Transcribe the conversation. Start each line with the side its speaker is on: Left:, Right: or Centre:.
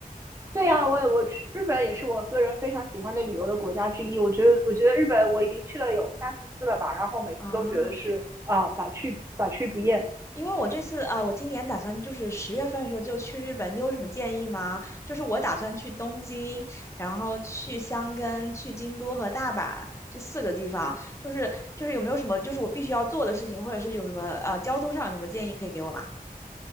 Right: 对呀、啊我也我去日本也是我个人非常喜欢的旅游的国家之一。我觉得，我觉得日本我已经去了有三四次了吧，然后每次都觉得是啊、
Left: 啊，
Right: 呃百去百去不厌。
Left: 因为我这次啊、呃我今年打算就是十月份的时候就去日本，你有什么建议吗？就是我打算去东京，然后去箱根、去京都和大阪这四个地方，就是就是有没有什么就是我必须要做的事情，或者是有什么呃交通上有什么建议可以给我吗？